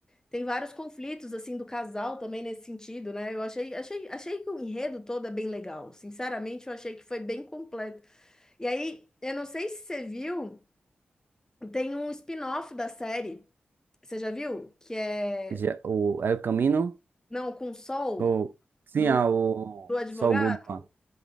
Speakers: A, on the left; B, on the right.
A: Tem vários conflitos assim do casal também nesse sentido, né? Eu achei, achei, achei que o enredo todo é bem legal. Sinceramente, eu achei que foi bem completo E aí, eu não sei se você viu, tem um spin-off da série. Você já viu? Que é
B: Já, o El Camino?
A: Não com Sol
B: Ou, sim,
A: do,
B: ah, o
A: do advogado?
B: Saul Goodman.